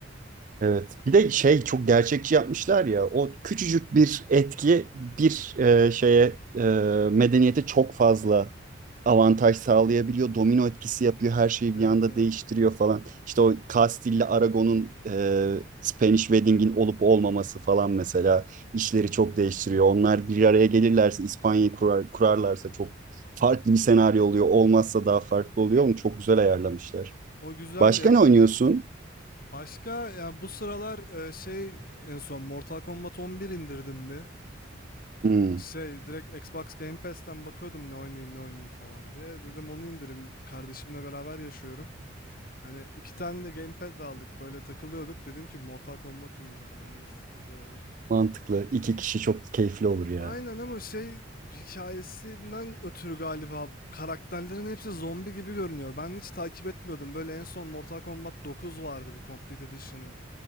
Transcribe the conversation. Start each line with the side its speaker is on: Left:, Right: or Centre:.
Right: Evet. Bir de şey çok gerçekçi yapmışlar ya. O küçücük bir etki bir e, şeye e, medeniyete çok fazla avantaj sağlayabiliyor. Domino etkisi yapıyor. Her şeyi
Left: Evet
Right: bir anda
Left: evet.
Right: değiştiriyor falan. İşte o Castille'le Aragon'un e, Spanish Wedding'in olup olmaması falan mesela işleri çok değiştiriyor. Onlar bir araya gelirlerse İspanya'yı kurar, kurarlarsa çok farklı bir senaryo oluyor. Olmazsa daha farklı oluyor. Onu çok güzel ayarlamışlar.
Left: O güzel
Right: Başka
Left: ya.
Right: ne oynuyorsun?
Left: Başka yani bu sıralar e, şey en son Mortal Kombat 11 indirdim bir.
Right: Hmm,
Left: Şey direkt Xbox Game Pass'ten bakıyordum ne oynayayım ne oynayayım falan diye. Dedim onu indireyim. Kardeşimle beraber yaşıyorum. Hani iki tane de gamepad de aldık böyle takılıyorduk. Dedim ki Mortal Kombat indirim oynarız güzel olur.
Right: mantıklı. İki kişi çok keyifli olur ya.
Left: Aynen ama şey hikayesinden ötürü galiba karakterlerin hepsi zombi gibi görünüyor. Ben hiç takip etmiyordum. Böyle en son Mortal Kombat 9 vardı bu Complete Edition'ı.